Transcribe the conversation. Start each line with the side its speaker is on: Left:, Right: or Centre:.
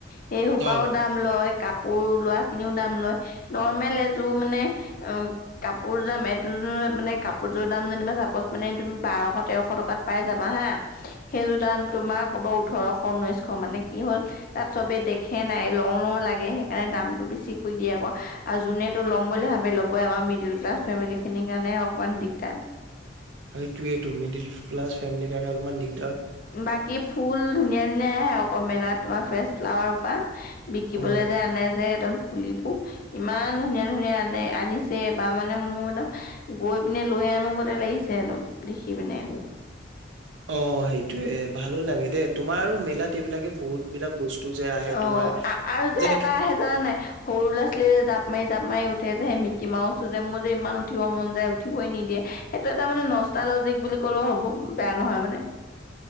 Left: সেই সোপাও
Right: অ
Left: দাম লয়, কাপোৰ লোৱা খিনিও দাম লয়, নৰ্মেল এ টো মানে আ কাপোৰ দাম এইটোৰ মানে কাপোৰযোৰ দাম যেনিবা চাপজ মানে তুমি বাৰশত তেৰশ টকাত পাই যাবা হা, সেইযোৰ দাম তোমাৰ ক'ব ওঠৰশ, ঊনৈশ মানে কি হ'ল তাত চবে দেখে নাই লওঁ লওঁ লাগে সেইকাৰণে দামটো বেছি কৰি দিয়ে আক আৰু যোনে ল'ম বুলি ভাবে লবই আমাৰ মিডিল ক্লাছ ফেমিলি খিনিৰ কাৰণে অকমান দিগদাৰ
Right: সেইটোৱেই টো মিডিল ক্লাছ ফেমেলিৰ কাৰে অলপমান দিগ
Left: বাকী ফুল ধুনীয়া ধুনীয়া আহে অক মেলাত তোমাৰ ফ্ৰেছ ফ্লাৱাৰ পা বিকিবলে
Right: অ
Left: যে আনে যে একদম পুলিবোৰ ইমান ধুনীয়া ধুনীয়া আনে আনিছে বা মানে মোৰ ন গৈ পিনে লৈ আনো গতে লাগিছে একদম দেখি পিনে
Right: অ সেইটোৱে ভালো লাগে দেই তোমাৰ আৰু মেলাত এইবিলাকে বহুত বিলাক বস্তু যে আহে
Left: অ
Right: তোমাৰ
Left: আৰু যে
Right: যেনেকি
Left: এটা আহে জানা নাই সৰু ল'ৰা ছোৱালীয়ে যে জাঁপ মাৰি জাঁপ মাৰি উঠে যে সেই মিকি মাওছোটো যে মোৰ যে ইমান উঠিব মন যায় উঠিবই নিদিয়ে সেইটো এটা মানে নষ্টা লজিক বুলি ক'লেও হ'ব বেয়া নহয় মানে